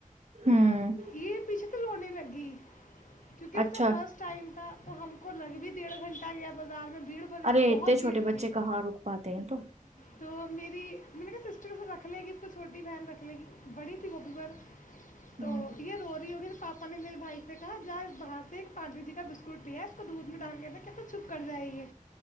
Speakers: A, on the right; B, on the left.
A: ہوں
B: یہ پیچھ لو <unintelligible> نے لگی کیونکہ اس
A: اچھا
B: کا فسٹ ٹائم تھا تو ہم کو لگ بھی ڈیڑھ گھنٹہ گیا بازار میں بھیڑ بھری
A: ارے
B: بہت
A: اتے
B: بھیڑ
A: چھوٹے بچے
B: تھی
A: کہاں رک پاتے ہیں تو
B: تو میری میں نے کہا سسٹر اس کو رکھ لے گی اس کو چھوٹی بہن رکھ لے گی بڑی تھی وہ بھی بھر تو
A: ہوں
B: یہ رو رہی ہوگی اپ نے میرے بھائی سے کہا جا باہر سے ایک پانڈو جی کا بسکٹ لیا ہے اس کو دودھ میں ڈال کے دے کہ تو چھپ کر جائیے